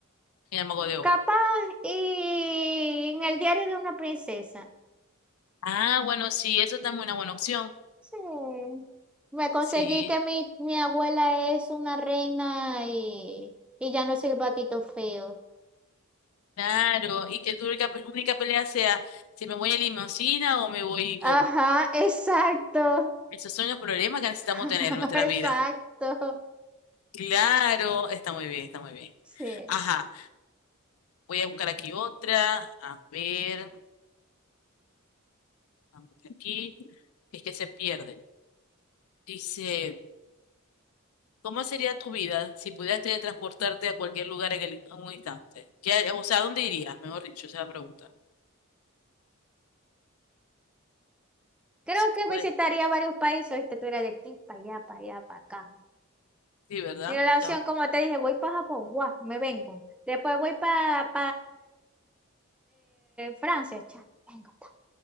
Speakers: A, on the left; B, in the centre.
A: en el Mago de Oz?
B: Capaz y en el diario de una princesa.
A: Ah, bueno, sí, eso también es una buena opción.
B: Sí. Me conseguí
A: Sí,
B: que mi, mi abuela es una reina y, y ya no es el batito feo.
A: claro. Y que tu única, única pelea sea si me voy en limusina o me voy como.
B: Ajá, exacto.
A: Esos son los problemas que necesitamos
B: <laughs>
A: tener en nuestras
B: Exacto.
A: vidas. Claro, está muy bien, está muy bien.
B: Sí.
A: Ajá, voy a buscar aquí otra. A ver, vamos aquí. Es que se pierde. Dice. ¿Cómo sería tu vida si pudieras teletransportarte a cualquier lugar en, el, en un instante? ¿Qué har- o sea, ¿a dónde irías? Mejor dicho, esa es la pregunta.
B: Creo
A: Sí,
B: que
A: puedes.
B: visitaría varios países. Viste, tú eras de aquí para allá, para allá, para acá.
A: Sí, ¿verdad?
B: Mi relación,
A: Ya.
B: como te dije, voy para Japón, guau, me vengo. Después voy para Francia, cha, vengo. ta.